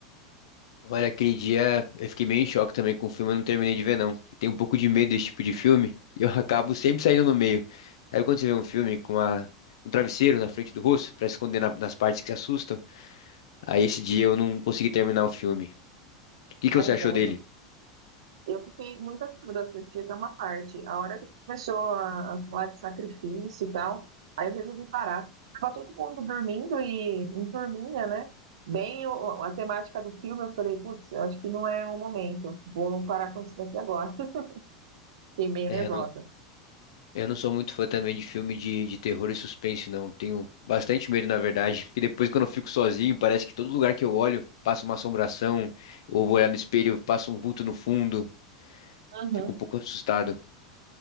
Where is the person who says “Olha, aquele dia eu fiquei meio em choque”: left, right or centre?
Left